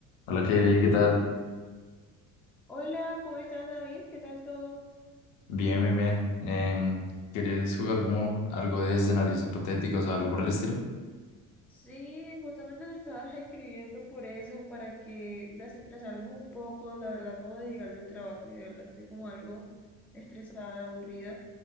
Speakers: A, on the left; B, in the centre.
A: Hola, Kelly, ¿qué tal?
B: Hola, ¿cómo estás, David? ¿Qué tal todo?
A: Bien, bien, bien. Em, ¿querías jugar como algo de escenarios hipotéticos o algo por el estilo?
B: Sí, justamente te estaba <laughs> escribiendo por eso, para que desestresarnos un poco. La verdad, acabo de llegar del trabajo y de verdad estoy como algo estresada, aburrida.